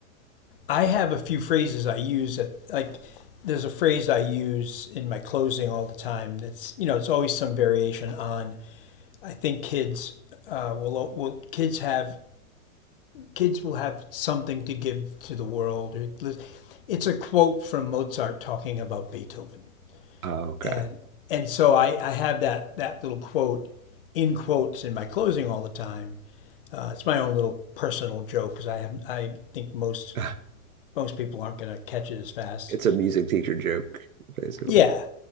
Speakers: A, on the left (about 40°); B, on the right (about 75°).
A: I have a few phrases I use that like. There's a phrase I use in my closing all the time. That's you know, it's always some variation on. I think kids uh, will will kids have kids will have something to give to the world. It's a quote from Mozart talking about Beethoven,
B: Oh, okay.
A: and and so I, I have that that little quote in quotes in my closing all the time. Uh, it's my own little personal joke because I have I think most
B: <laughs> <sighs>
A: most people aren't going to catch it as fast.
B: It's a music teacher joke, basically.
A: Yeah,